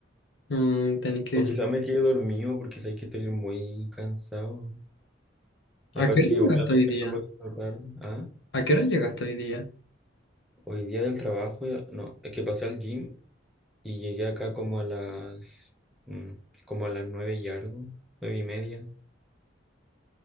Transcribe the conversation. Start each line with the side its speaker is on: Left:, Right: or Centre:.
Left: Mm, tenés que decir,
Centre: O quizás me quede dormido porque sabéis que estoy muy cansado. Y
Left: ¿a
Centre: aparte
Left: qué hora
Centre: que igual
Left: llegaste
Centre: a veces
Left: hoy día?
Centre: me acuesto tarde. Ah,
Left: ¿A qué hora llegaste hoy día?
Centre: hoy día del trabajo ya- No, es que pasé al gym y llegué acá como a las... mm, como a las nueve y algo, nueve y media.